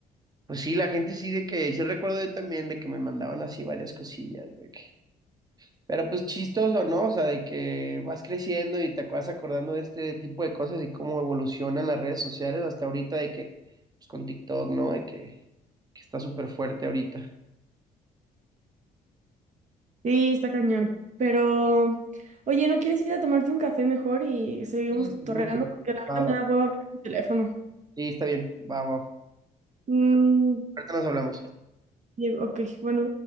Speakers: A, on the right; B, on the right.
A: pues sí, la gente sí de que, sí recuerdo yo también de que me mandaban así varias cosillas, de que, pero pues chistoso, ¿no? O sea, de que vas creciendo y te acuerdas acordando de este tipo de cosas y cómo evolucionan las redes sociales hasta ahorita de que, pues con TikTok, ¿no? De que, que está súper fuerte ahorita.
B: Sí, está cañón. Pero, oye, ¿no quieres ir a tomarte un café mejor y seguimos
A: Y seguimos
B: torreando
A: con...
B: Porque la verdad
A: Va, va.
B: me da hueva ver el teléfono.
A: Sí, está bien, va, va.
B: Mm,
A: Ahorita nos hablamos.
B: le- ok, bueno.